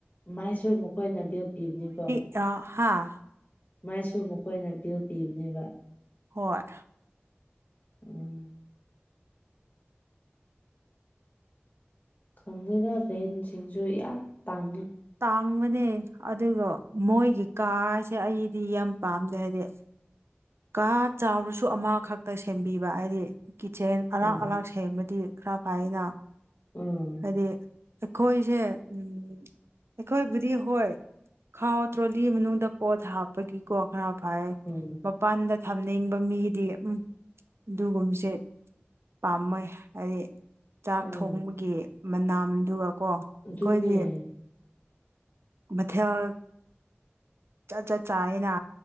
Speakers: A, on the left; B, on the right.
A: ꯃꯥꯏꯁꯨ ꯃꯈꯣꯏꯅ ꯕꯤꯜ ꯄꯤꯕꯅꯤꯀꯣ꯫
B: ꯌꯥ ꯍꯥꯥ꯫
A: ꯃꯩꯁꯨ ꯃꯈꯣꯏꯅ ꯕꯤꯜ ꯄꯤꯕꯅꯦꯕ꯫
B: ꯍꯣꯏ꯫
A: ꯎꯝ꯫ ꯈꯪꯗꯦꯗ ꯔꯦꯟꯁꯤꯡꯖꯨ ꯌꯥꯝ ꯇꯥꯡꯉꯦ
B: ꯇꯥꯡꯕꯅꯦ ꯑꯗꯨꯒ ꯃꯣꯏꯒꯤ ꯀꯥꯁꯦ ꯑꯩꯗꯤ ꯌꯥꯝ ꯄꯥꯝꯗꯦ ꯍꯥꯏꯗꯤ꯫ ꯀꯥ ꯆꯥꯎꯔꯁꯨ ꯑꯃꯈꯛꯇ ꯁꯦꯝꯕꯤꯕ ꯍꯥꯏꯗꯤ꯫ ꯀꯤꯠꯆꯦꯟ ꯑꯂꯥꯛ
A: ꯎꯝ
B: ꯑꯂꯥꯛ ꯁꯦꯝꯕꯗꯤ ꯈꯔ ꯐꯩꯅ꯫
A: ꯎꯝ꯫
B: ꯍꯥꯏꯗꯤ ꯑꯩꯈꯣꯏꯁꯦ ꯎꯝ ꯑꯩꯈꯣꯏꯕꯨꯗꯤ ꯍꯣꯏ꯫ ꯈꯥꯎ ꯇ꯭ꯔꯣꯂꯤ ꯃꯅꯨꯡꯗ ꯄꯣꯠ ꯍꯥꯞꯄꯒꯤꯀꯣ ꯈꯔ ꯐꯥꯏ꯫
A: ꯎꯝ
B: ꯃꯄꯥꯟꯗ ꯊꯝꯅꯤꯡꯕ ꯃꯤꯗꯤ ꯎꯝ ꯑꯗꯨꯒꯨꯝꯕꯁꯦ꯫ ꯄꯥꯝꯃꯣꯏ ꯍꯥꯏꯗꯤ ꯆꯥꯛ
A: ꯎꯝ
B: ꯊꯣꯡꯕꯒꯤ ꯃꯅꯥꯝꯗꯨꯒꯀꯣ꯫
A: ꯑꯗꯨꯅꯦ꯫
B: ꯑꯩꯈꯣꯏꯗꯤ ꯃꯊꯦꯜ ꯆꯥꯠ ꯆꯥꯠ ꯆꯥꯑꯦꯅ